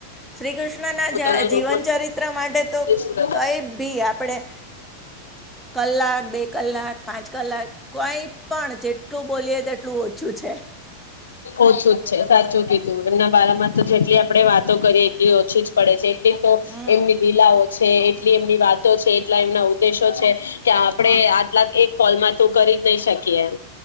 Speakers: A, in the centre; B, on the left (about 70°).
A: શ્રી કૃષ્ણ ના
B: પોતાના
A: જીવન
B: લોકોને
A: ચરિત્ર માટે તો
B: સુરત
A: કઈ ભી આપણેે કલાક બે કલાક પાંચ કલાક કઈ પણ જે એટલું બોલીએ તેટલું ઓછું છે
B: ઓછું જ છે સાચું કીધું એમના બારામાં તો જેટલી આપડે વાતો કરીએ એટલી ઓછી જ પડે છે તો
A: હમ
B: એમની લીલાઓ છે એટલી એમની વાતો છે એટલા એમના ઉદ્દેશો છે ્યા આપડણે
A: હા
B: આટલા એક કોલમાં તો કરી જ નહી શકીએ એમ